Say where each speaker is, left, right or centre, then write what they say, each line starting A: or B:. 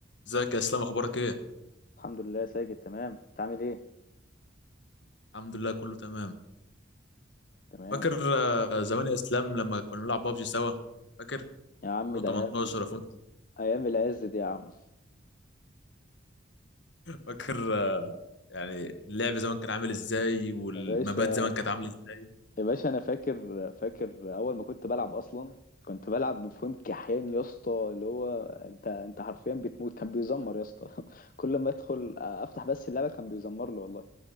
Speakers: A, on the left (about 65°); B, on the left (about 45°).
A: ازيك يا اسلام اخبارك ايه
B: الحمد لله ساجد تمام انت عامل ايه
A: الحمد لله كله تمام
B: تمام
A: فاكر آه، زمان يا اسلام لما كنا بنلعب بابجي سوا فاكر 2018
B: يا عم ده ايام
A: ولا 2000
B: ايام العز دي يا عم
A: فاكر آه، يعني اللعب زمان كان عامل ازاي والمبات
B: يا باشا
A: زمان كانت عامله ازاي
B: يا باشا انا فاكر فاكر اول ما كنت بلعب اصلا كنت بلعب بفون كحيان يا اسطى اللي هو انت انت حرفيا بتموت كان بيزمر يا اسطى <laughs> كل ما ادخل افتح بس اللعبه كان بيزمر لي والله